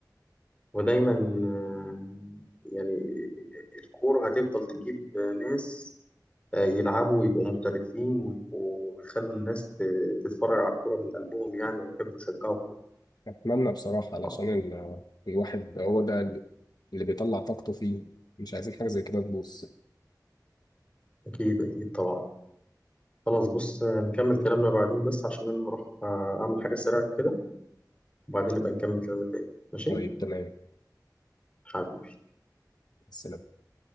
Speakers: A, on the left; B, on the left.
A: ودايما آه، يعني الكورة هتفضل تجيب ناس آه، يلعبوا ويبقوا محترفين ويبقوا يخلوا الناس ت- تتفرج على الكورة من قلبهم يعني ويحبوا يشجعوا الكورة
B: أتمنى بصراحة علشان
A: آه،
B: ال- الواحد هو ده اللي اللي بيطلع طاقته فيه مش عايزين حاجة زي كده تبوظ
A: أكيد أكيد طبعا خلاص بص آه، نكمل كلامنا بعدين بس عشان أنا هروح آه، أعمل حاجة سريعة كده وبعدين نبقى نكمل كلامنا تاني ماشي
B: طيب تمام
A: حبيبي
B: بس